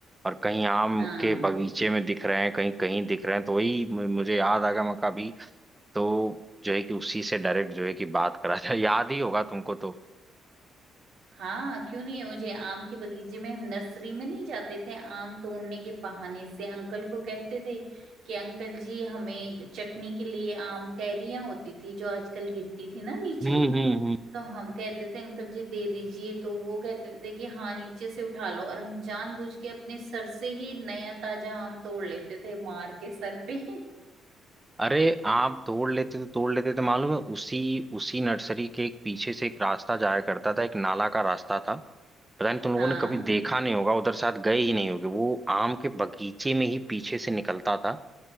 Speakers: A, on the right (about 15°); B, on the right (about 80°).
A: और कहीं आम
B: हाँ
A: के बगीचे में दिख रहे हैं कहीं कहीं दिख रहे हैं तो वही मु- मुझे याद आ गया मैं कहा अभी तो जो है कि उसी से डायरेक्ट जो है कि बात करा था <laughs> याद ही होगा तुमको तो
B: हाँ क्यों नहीं मुझे आम के बगीचे में हम नर्सरी में नहीं जाते थे आम तोड़ने के बहाने से अंकल को कहते थे कि अंकल जी हमें चटनी के लिए आम कैरियां होती थी जो आजकल गिरती थी ना नीचे
A: हम्म हम्म
B: तो हम कहते थे अंकल जी दे दीजिए तो वो कहते थे कि हाँ नीचे से उठा लो और हम जानबूझ के अपने सर से ही नया ताजा आम तोड़ लेते थे मार के सर पे <laughs>
A: अरे आप तोड़ लेते तो तोड़ लेते थे मालूम है उसी उसी नर्सरी के एक पीछे से एक रास्ता जाया करता था एक नाला का रास्ता था पता नहीं तुम लोगों
B: हाँ
A: ने कभी देखा नहीं होगा उधर शायद गए ही नहीं होगे वो आम के बगीचे में ही पीछे से निकलता था